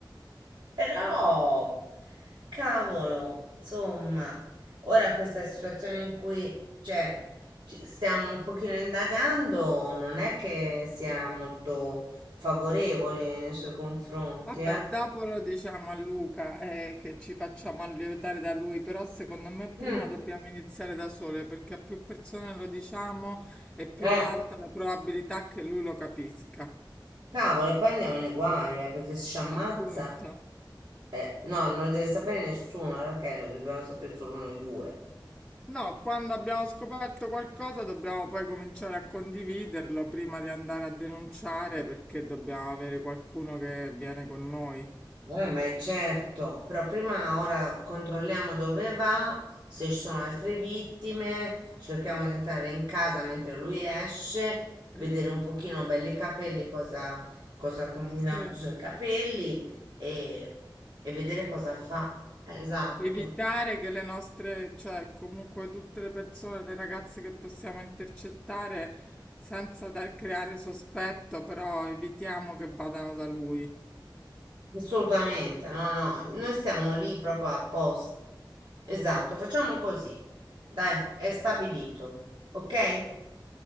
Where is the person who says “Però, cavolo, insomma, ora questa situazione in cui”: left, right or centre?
Right